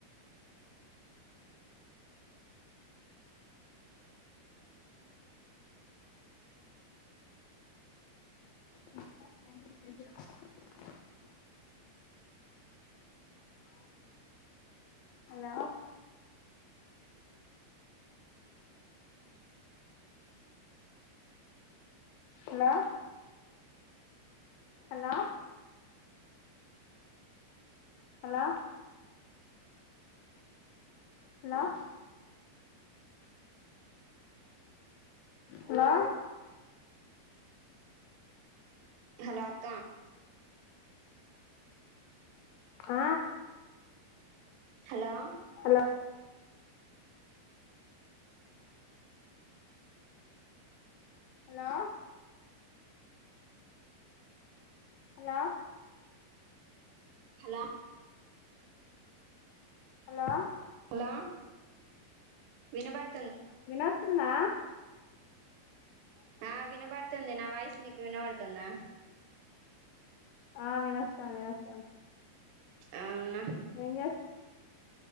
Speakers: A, on the right; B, on the left.
A: అ
B: <inaudible>
A: అ
B: హలో
A: అంది
B: hello hello hello hello hello
A: hello అక్క
B: ఆ
A: hello
B: hello hello hello
A: hello
B: hello
A: hello వినబడు
B: వినోస్తుందా
A: ఆ వినబడుతుంది నా వాయిస్ నీకు వినబడుతుందా
B: ఆ ‌వినొస్తాంది వినొస్తాంది
A: అవునా
B: ఏం చేస్తు